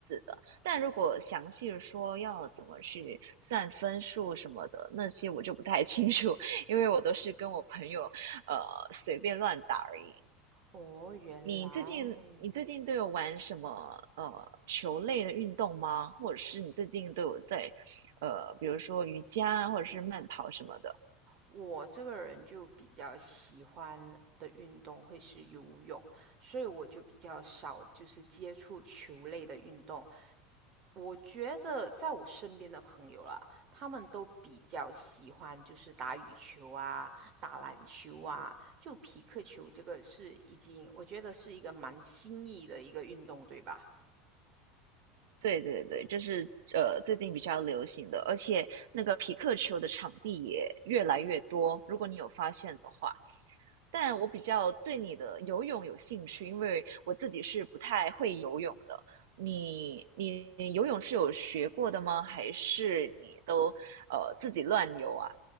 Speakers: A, on the right; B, on the right.
A: 的，但如果详细地说要怎么去算分数什么的，那些我就不太清楚，因为我都是跟我朋友呃随便乱打而已。
B: 哦，原来，
A: 你最近你最近都有玩什么呃球类的运动吗？或者是你最近都有在呃，比如说瑜伽啊或者是慢跑什么的？
B: 我这个人就比较喜欢的运动会是游泳，所以我就比较少就是接触球类的运动。我觉得在我身边的朋友啦，他们都比较喜欢就是打羽球啊、打篮球啊，就匹克球这个是已经我觉得是一个蛮新意的一个运动，对吧？
A: 对对对，这是呃最近比较流行的，而且那个皮克球的场地也越来越多，如果你有发现的话。但我比较对你的游泳有兴趣，因为我自己是不太会游泳的。你你游泳是有学过的吗？还是你都呃自己乱游啊？